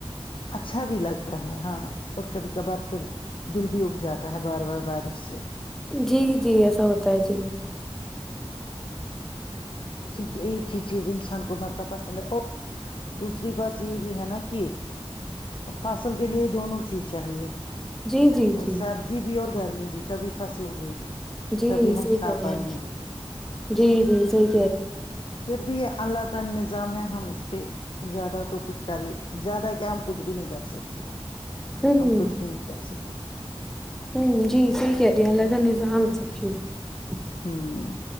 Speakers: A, on the left (about 55°); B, in the centre.
A: اچھا بھی لگتا ہے ہاں اور کبھی کبھار پھر دل بھی اگ جاتا ہے بار بار بارش سے
B: جی جی ایسا ہوتا ہے جی
A: <unintelligible> کیونکہ ایک ہی چیز انسان کو متب پسند ہے اور دوسری بات یہ بھی ہے نا کہ فصل کے لیے دونوں چیز چاہیے
B: جی جی جی
A: سردی بھی اور گرمی بھی بھی تبھی فصل اگے گی
B: جی
A: تبھی ہم
B: صحیح
A: کھا
B: کہ رہے
A: پائیں
B: ہیں
A: گے
B: جی جی صیح
A: پھر بھی یہ اللہ کا نظام ہے ہم اس پہ زیادہ تو کچھ کری زیادہ کیا کچھ بھی نہیں کر سکتے
B: ہوں
A: ہم کچھ بھی نہیں کر سکتے
B: ہوں جی صحیح کہہ رہیے ہیں اللہ کا نظ ہم ہے سب چیزیں
A: ہوں